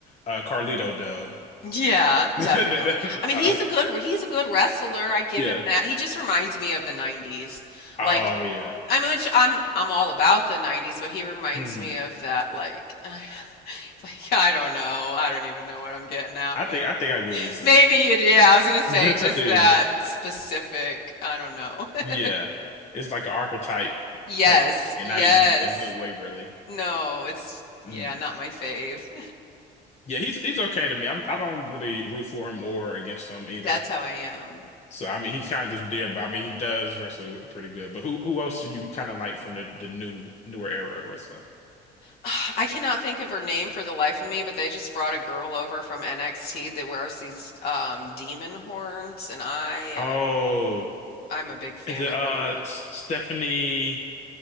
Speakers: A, on the left; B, on the left.
A: uh Carlito though.
B: Yeah,
A: <laughs> That-
B: definitely.
A: that-
B: I mean,
A: I-
B: he's a good he's a good wrestler. I give
A: yeah.
B: him that. He just reminds me of the 90s.
A: Oh
B: Like
A: yeah.
B: I'm much I'm I'm all about the 90s, but he reminds
A: Hmm.
B: me of that like <laughs> like I don't know. I don't even know what I'm getting at,
A: I
B: but
A: think I think I get
B: <laughs>
A: what you're saying.
B: maybe you do. yeah, I was
A: <laughs>
B: gonna say
A: I think
B: just
A: I
B: that
A: get.
B: specific, I don't know.
A: Yeah.
B: <laughs>
A: It's like an archetype
B: Yes,
A: type thing,
B: yes.
A: and not even in a good way, really.
B: No, it's yeah,
A: Mm.
B: not my fave.
A: Yeah, he's he's okay to me. I'm, I don't really root for him or against him
B: <laughs>
A: either.
B: That's how I am.
A: So I mean, he's kind of just there, but I mean, he does wrestle pretty good. But who who else do you kind of like from the the new newer era of wrestling?
B: <sighs> I cannot think of her name for the life of me, but they just brought a girl over from NXT that wears these um, demon horns, and I am
A: Oh,
B: I'm a big fan
A: is it
B: of
A: uh
B: her.
A: S- Stephanie